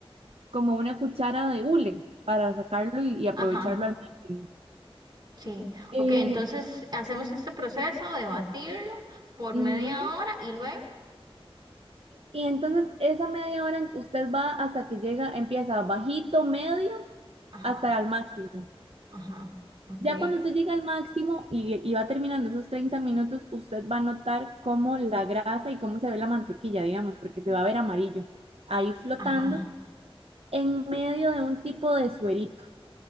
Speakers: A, on the right; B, on the right.
A: como una cuchara de hule para sacarlo y, y aprovecharlo
B: Ajá,
A: al máximo.
B: sí.
A: Eh,
B: Ok, entonces hacemos este proceso de batirlo por
A: ujú.
B: media hora y luego.
A: Y entonces esa media hora usted va hasta que llega, empieza bajito, medio,
B: Ajá.
A: hasta al máximo.
B: Ajá, ok.
A: Ya cuando usted llega al máximo y, y va terminando esos 30 minutos, usted va a notar cómo la grasa y cómo se ve la mantequilla, digamos, porque se va a ver amarillo, ahí flotando
B: Ajá.
A: en medio de un tipo de suerito.